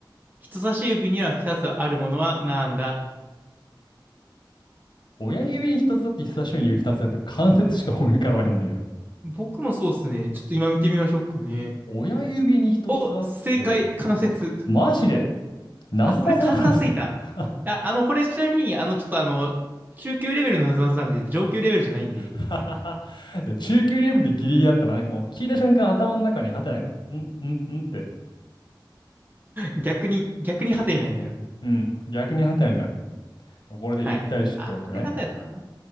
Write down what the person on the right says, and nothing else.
人差し指には二つあるものはなんだ
僕もそうっすね。ちょっと今見てみましょうかね。
お、正解、関節。
あ、これ簡単すぎた。
あ、あの、これちなみに、あの、ちょっとあの、中級レベルのなぞなぞなんで、上級レベルじゃないんで、
逆に、逆にハテナになる。
はいはい。あ、これ簡単やったな。